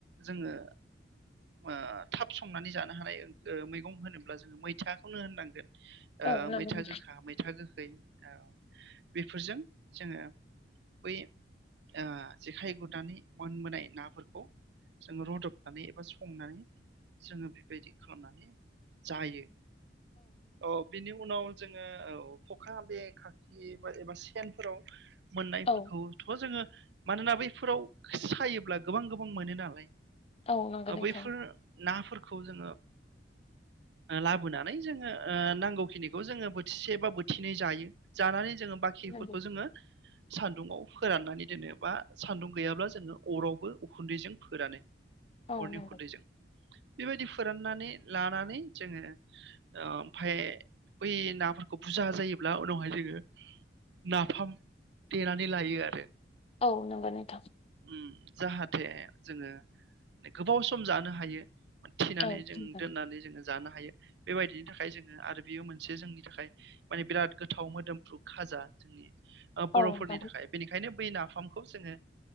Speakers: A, on the right; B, on the left.
A: जोङो ओ थाब संनानै जानो हानाय ओ मैगं होनोब्ला जोङो मैथाखौनो होननांगोन ओ
B: औ नां
A: मैथा गोखा
B: <unintelligible>
A: मैथा गोखै औ बेफोरजों जोङो बै ओ जेखाइ गुरनानै मोनबोनाय नाफोरखौ। जोङो रुदबनानै एबा संनानै जोङो बेबायदि खालामनानै जायो औ बिनि उनाव। जोङो औ खखा बे खाखि बा एबा सेनफोराव मोननायफोरखौथ'
B: औ
A: जोङो मानोना बैफोराव सायोब्ला गोबां गोबां मोनो नालाय
B: औ नंगौ नोंथां।
A: बैफोर नाफोरखौ जोङो लाबोनानै जोङो ओ नांगौखिनि खौ जोङो बोथिसे बा बोथिनै जायो जानानै जोङो बाखिफोरखौ
B: नंगौ
A: जोङो। सान्दुंङाव फोराननानै दोनो बा सान्दुं गैयाब्ला जोङो अरावबो उखुन्दैजों फोरानो अरनि
B: औ नंगौ
A: उखुन्दैजों। बेबायदि फोराननानै लानानै जोङो ओमफाय। बै नाफोरखौ बुरजा जायोब्ला उनावहाय जोङो। नाफाम देनानै लायो आरो
B: औ नंगौ नोंथां।
A: उम जाहाथे जोङो गोबाव सम जानो हायो थिनानै
B: औ
A: जों
B: नंगौ
A: दोननानै जोङो जानो हायो बेबायदिनि थाखाय जोङो आरो। बेयो मोनसे जोंनि थाखाय माने बिराद गोथाव मोदोमफ्रु खाजा जोंनि।
B: औ
A: बर'फोरनि
B: नंगौ
A: थाखाय बेनिखायनो। बै नाफामखौ जोङो